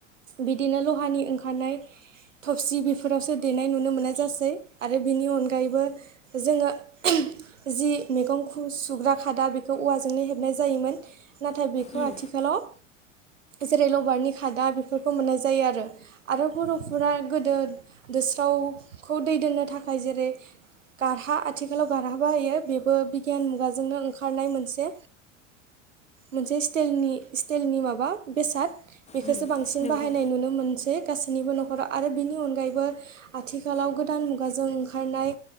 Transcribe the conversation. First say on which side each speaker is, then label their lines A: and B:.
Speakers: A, on the right (about 75°); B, on the left (about 15°).
A: बिदिनो लहानि ओंखारनाय थफसि बेफोरावसो देनाय नुनो मोननाय जासै आरो बिनि अनगायैबो जोङो जि मैगं सुग्रा खादा बेखौ औवा हेबनाय जायोमोन नाथाय बेखौ
B: उम
A: आथिखालाव जेरै लबारनि खादा बेफोरखौ मोननाय जायो आरो आरो बर'फोरा गोदो दोस्रावखौ दै दोननो थाखाय जेरै गारहा आथिखालाव गारहा बाहायो बेबो बिगियान मुगाजोंनो ओंखारनाय मोनसे मोनसे सिस्टाइलनि स्टाइलनि माबा बेसाद बेखौसो
B: उम
A: बांसिन
B: नंगौ
A: बाहायनाय नुनो मोनसै गासै निबो न'खराव आरो बेनि अनगायैबो आथिखालाव गोदान मुगाजों ओंखारनाय